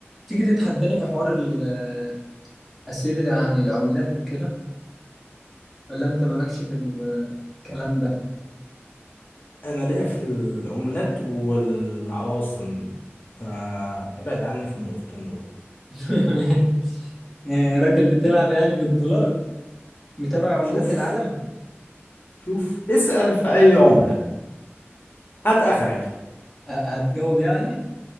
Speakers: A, in the centre; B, on the left.
A: تيجي تتحداني في حوار ال- الأسئلة عن العملات وكده ولا أنت مالكش في ال- الكلام ده؟
B: انا ليا في العملات والعواصم فابعد عني في النقطتين دول
A: <laughs> يعني راجل بتلعب يعني بالدولار متابع عملات
B: شوف
A: العالم
B: شوف اسأل في اي عملة هات اخرك
A: أ- هتجاوب يعني